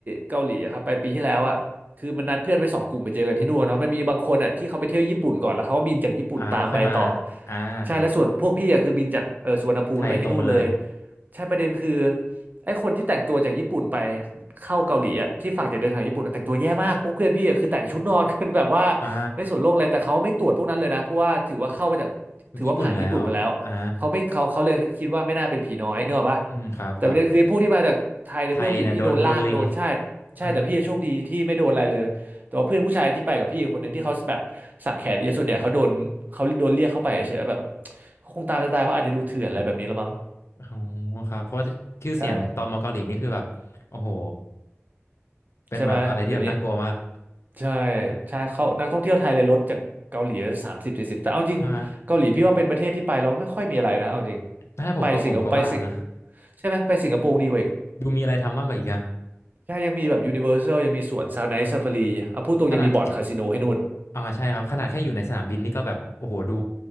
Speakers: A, on the right; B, on the left.
A: เกาหลีอะครับไปปีที่แล้วอะคือมันนัดเพื่อนไว้สองกลุ่มไปเจอกันที่นู่นเนาะมันมีบางคนอะที่เขาไปเที่ยวญี่ปุ่นก่อนแล้วเขาก็บินจากญี่ปุ่นตามไปต่อ
B: อ่าแล้วค่อยมาอ่าครับ
A: ใช่และส่วนพวกพี่อะคือบินจากเออสุวรรณภูมิแล้วไปที่นู่นเลย
B: ไทยตรงไปเลย
A: ใช่ประเด็นคือไอ้คนที่แต่งตัวจากญี่ปุ่นไปเข้าเกาหลีอ่ะที่ฝั่งจะเดินทางญี่ปุ่นนะแต่งตัวแย่มากพวกเพื่อนพี่อะคือแต่งชุดนอนกันแบบว่า
B: อ่า
A: ไม่สนโลกอะไรแต่เขาไม่ตรวจพวกนั้นเลยนะเพราะว่าถือว่าเข้ามาจากถือว่าผ่านญี่ปุ่นมาแล้วเขาไม่เขาเขาเลยคิดว่าไม่น่าเป็นผีน้อยเนกอะปะ
B: ญี่ปุ่นแล้วอ่าอืมครับครับ
A: แต่ประเด็นคือพวกที่มาจากไทยเนี่ยเพื่อนผู้หญิงพี่โดนลากโดนใช่
B: ไทยเนี่ยโดนโดนเล็ง
A: ใช่แต่พี่โชคดีที่ไม่โดนอะไรเลยแต่ว่าเพื่อนผู้ชายที่ไปกับพี่คนหนึ่งที่เขาแบบสักแขนเยอะส่วนใหญ่เขาโดนเขาโดนเรียกเข้าไปเฉยๆแบบ
B: อ่า
A: เขาคงตามจะตายเพราะอาจจะดูเถื่อนอะไรแบบนี้ละมั้ง
B: โอ้โหครับเพราะว่าชื่อเสียงตอมอเกาหลีนี่คือแบบโอ้โห
A: ใช่
B: เป็นแบบอะไรที่แบบน่ากลัวมาก
A: ใช่ไหมเดี๋ยวนี้ใช่ใช่เขานักท่องเที่ยวไทยเลยลดจากเกาหลีสามสิบสี่สิบแต่เอาจริงเกาหลีพี่ว่าเป็นประเทศที่ไปแล้วไม่ค่อยมีอะไรนะเอาจริง
B: ใช่ถ้าให้ผมก็ผมก็ว่านะ
A: ไปสิงคโปร์ไปสิงใช่ไหมไปสิงคโปร์ดีกว่าอีก
B: ดูมีอะไรทำมากกว่าอีกนะ
A: ใช่ยังมีแบบยูนิเวอร์แซลยังมีสวนซาวไนท์ซาฟารีเอาพูดตรงยังมีบ่อนคาสิโนให้นู่น
B: ขนาด อ่าใช่ครับขนาดแค่อยู่ในสนามบินนี่ก็แบบโอ้โหดู